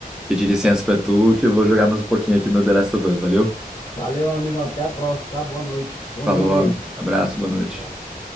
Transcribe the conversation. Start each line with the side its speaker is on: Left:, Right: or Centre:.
Centre: pedir licença pra tu que eu vou jogar mais um pouquinho aqui meu The Last of Us, valeu?
Left: Valeu, amigão. Até a próxima, tá? Boa noite. Bom
Centre: Falou,
Left: jogo aí.
Centre: ab- abraço, boa
Left: Um
Centre: noite.
Left: abraço.